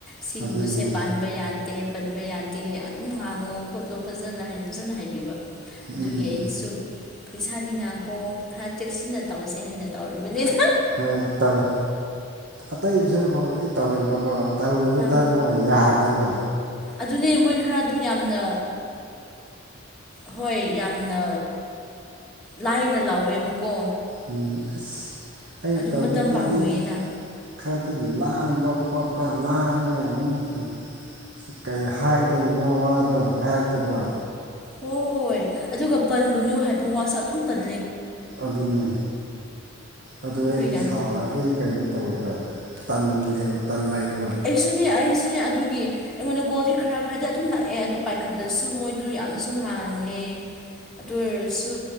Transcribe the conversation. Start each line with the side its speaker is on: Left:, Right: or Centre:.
Centre: ꯁꯤꯒꯨꯝꯕꯁꯦ
Right: ꯑꯗꯨꯅꯤ
Centre: ꯄꯥꯟꯕ ꯌꯥ ꯇꯦ ꯄꯟꯕ ꯌꯥꯗꯦ ꯑꯗꯨꯝ ꯉꯥꯡꯉꯣ ꯈꯣꯠꯂꯣ ꯐꯖꯅ ꯍꯥꯏꯅ ꯐꯖꯅ ꯍꯥꯏꯕꯤꯕ ꯑꯗꯨꯒꯤ
Right: ꯎꯝ
Centre: ꯑꯩꯁꯨ ꯐꯩꯁꯥ ꯅꯥꯀꯣ ꯈꯔ ꯆꯦꯛꯁꯤꯟꯅ ꯇꯧꯁꯦ ꯍꯥꯏꯅ ꯇꯧꯔꯤꯕꯅꯤꯅ
Right: ꯍꯣꯏ ꯇꯧꯋꯦ ꯑꯇꯩꯁꯨ ꯑꯣ ꯑꯩ ꯇꯧꯔꯤꯕꯀꯣ ꯇꯧꯕꯗꯕꯨ
Centre: ꯑꯥ
Right: ꯌꯥꯗꯦꯕ
Centre: ꯑꯗꯨꯅꯦ ꯃꯣꯏ ꯈꯔ ꯑꯗꯨ ꯌꯥꯝꯅ ꯍꯣꯏ ꯌꯥꯝꯅ ꯂꯥꯏꯅ ꯂꯥꯎꯋꯦꯕꯀꯣ
Right: ꯎꯝ ꯑꯁ ꯑꯩꯅ
Centre: ꯑꯗꯨ
Right: ꯇꯧꯕ
Centre: ꯃꯇꯝ
Right: ꯈꯔꯗꯤ
Centre: ꯄꯥꯝꯃꯨꯌꯦꯅ
Right: ꯈꯔꯗꯤ ꯂꯥꯡꯕ ꯈꯣꯠꯄ ꯂꯥꯡꯉꯒ ꯑꯃꯨꯛ ꯁꯤ ꯀꯔꯤ ꯍꯥꯏꯒꯗꯧꯕ ꯋꯥꯗꯣ ꯍꯥꯏꯔꯛꯀꯦꯈꯤꯕ
Centre: ꯍꯣꯏ ꯑꯗꯨꯒ ꯄꯟꯒꯅꯨ ꯍꯥꯏꯕ ꯋꯥꯁ ꯑꯗꯨꯝ ꯄꯂ
Right: ꯑꯗꯨꯅꯦ ꯑ ꯑꯩ
Centre: ꯑꯗꯨ ꯌꯥꯝ
Right: ꯑꯩ
Centre: ꯇꯜꯂꯤ
Right: ꯀꯩꯅꯣ ꯇꯧꯔꯤꯕ ꯇꯦꯕ ꯇꯟ ꯂꯏꯕ
Centre: ꯑꯩꯁꯨꯅꯦ ꯑꯩꯁꯨꯅꯦ ꯑꯗꯨꯒꯤ ꯑꯩꯉꯣꯟꯗ ꯒꯣꯜꯗꯤ ꯈꯔ ꯈꯔꯗꯤ ꯑꯗꯨꯝ ꯂꯥꯛꯑꯦ ꯑꯗꯨ ꯄꯥꯏꯈꯠꯂꯁꯨ ꯃꯣꯏꯗꯨ ꯌꯥꯝꯅꯁꯨ ꯉꯥꯡꯉꯦ ꯑꯗꯨ ꯑꯣꯏꯔꯁꯨ